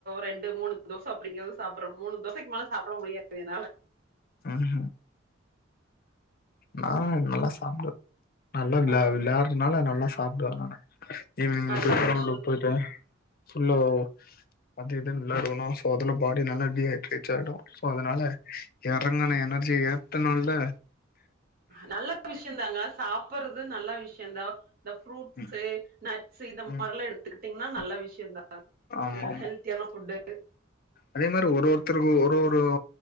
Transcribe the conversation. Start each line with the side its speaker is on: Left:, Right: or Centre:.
Right: ரெண்டு மூணு தோச அப்படிங்கறதும் சாப்பிடுற மூணு தோசக்கு மேல சாப்பிட முடியாது என்னால
Left: ஆஹ நா நல்லா சாப்டுவ நல்லா விளா
Right: பரவால்ல
Left: விளாடு னால நல்லா சாப்டுவ நான ஈவினிங்
Right: நல்ல
Left: ரவுண்டுக்
Right: விஷ்யோ
Left: போயிட்டு ஃபுல்லா அது இதுவு விளாடுவணுவோ சோ அதுல பாடி நல்லா டீஹைட்ரேட் ஆயிடு சோ அதனால இறங்கன எனர்ஜி ஏத்தணுல
Right: நல்ல விஷயந்தாங்க சாப்பறது நல்ல விஷயந்தா இந்த ஃப்ரூட்ஸ்
Left: ம்
Right: நட்ஸ் இந்த மாரிலா
Left: ம்
Right: எடுத்துக்கிட்டீங்கன்னா நல்ல விஷயந்தா
Left: ஆமா
Right: அ
Left: ஆமா
Right: ஹெல்த்தியான ஃபுட்டு
Left: அதே மாரி ஒரு ஒருத்தருக்கு ஒரு ஒரு